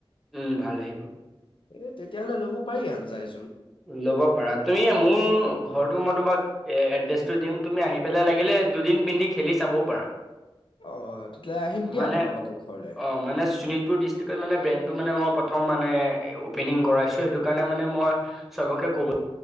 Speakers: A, in the centre; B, on the left.
A: উম ভাল আহিব।
B: এ তেতিয়াললে লব পাৰি হন যায়।
A: লব পাৰা তুমি মোৰ। ঘৰটো মই তোমাক এড্ৰেছটো দিম তুমি আহি পেলাই লাগিলে দুদিন পিন্ধি খেলি চাবও পাৰা।
B: অ', তেতিয়াহ'লে আহিম দিয়া
A: মানে
B: তোমালোকৰ ঘৰলে।
A: অ মানে সুনিত। ডিষ্ট্ৰিক্টত মানে ব্ৰেণ্ডটো মানে মই প্ৰথম মানে অ'পেনিং কৰাইছোঁ সেইটো কাৰণে মানে মই। চবকে ক'ব